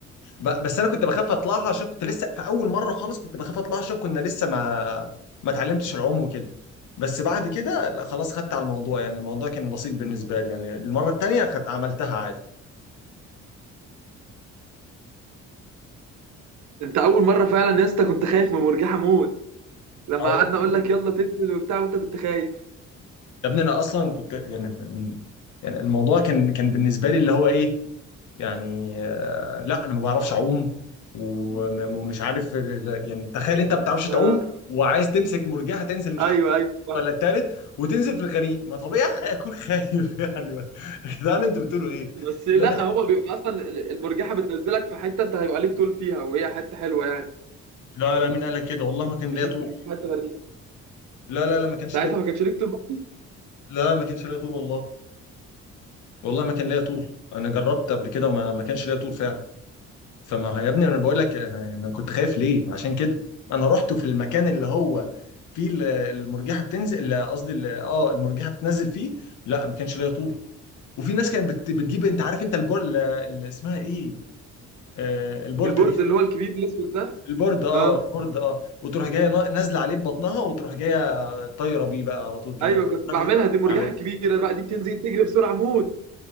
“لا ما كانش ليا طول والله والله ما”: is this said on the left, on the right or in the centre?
Left